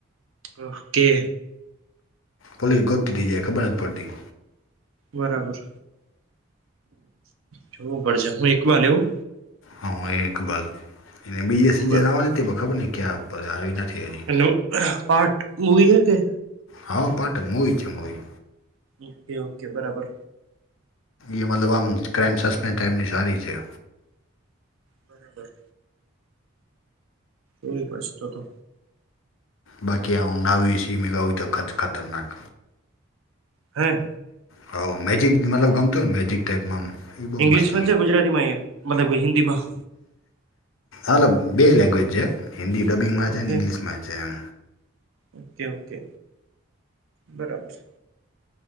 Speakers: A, on the right (about 75°); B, on the left (about 75°).
A: ઓકે
B: પોલીસ ગોતી થઈ જાય ખબર નથ પડતી
A: બરાબર જોવું પડશે હું એક વાર લેવું
B: હા એકબલ એને બીજ
A: એવું
B: સ જણવાની ખબર ને ક્યા આવી નથી હજી
A: હેલો પાર્ટ મૂવી હ કે
B: હા પટ મોવી છે મોવી
A: ઓકે ઓકે બરાબર
B: એ મતલબ આમ ક્રાઇમ સસ્પેન્ ટાઈપની સારી છે.
A: બરાબર એ પડશે તો તો
B: બાકી આવ નાવ સી મેવ ત ખ ખતરનાક
A: હે
B: હવ મેજીિક મતલબ ગમતો ને મેજીિક ટાઈપમાં આમ એ બહુ
A: ઈંગ્લિશમાં
B: મસ્ત
A: છે, ગુજરાતી માં મતલબ હિન્દીમાં
B: અલ બે લેંગ્વેજ છે હિન્દી ડબિંગમાં છે
A: ઓકે
B: ઇંગ્લિશમાં છે એમ
A: ઓકે ઓકે બરાબર સે